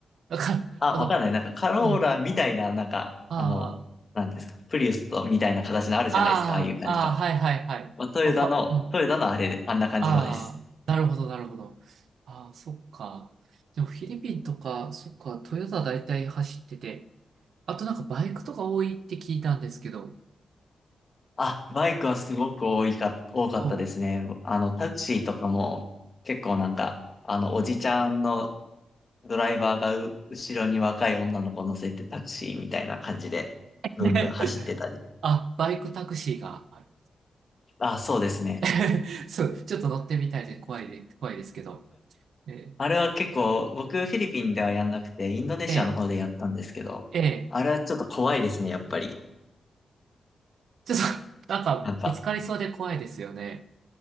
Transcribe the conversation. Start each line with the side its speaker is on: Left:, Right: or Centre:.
Right: だから、
Left: あ、
Right: あの、
Left: わかんない。なんかカローラみたいな、
Right: うん、
Left: なんか、
Right: あ
Left: あの、なんですか、プリウスとみたいな形のあるじゃないですか、
Right: あ、
Left: ああいう感じの。
Right: ああ、ああ、はいはいはい。
Left: まあ、トヨタの、
Right: まあ、ファ、うん。
Left: トヨタのあれで、あんな感じのです。
Right: ああ、なるほど、なるほど。ああ、そっか。でもフィリピンとか、そっか、トヨタ大体走ってて、あとなんかバイクとか多いって聞いたんですけど、
Left: あ、バイクはすごく多いか、多かったですね。
Right: そ
Left: あの、タクシーとかも、結構なんか、あの、おじちゃんのドライバーがう後ろに若い女の子を乗せてタクシーみたいな感じで、ブンブン走ってたり。
Right: う。<laughs> ね。あ、バイクタクシーがある。
Left: あ、そうですね。
Right: <laughs> そう、ちょっと乗ってみたいで怖いで、怖いですけど。え
Left: あれは結構、僕フィリピンではやんなくて、インドネシアの方でやったんですけど、
Right: え、ええ、ええ
Left: あれはちょっと怖いですね、やっぱり。
Right: ちょっと、なんか、
Left: なんか、
Right: ぶつかりそうで怖いですよね。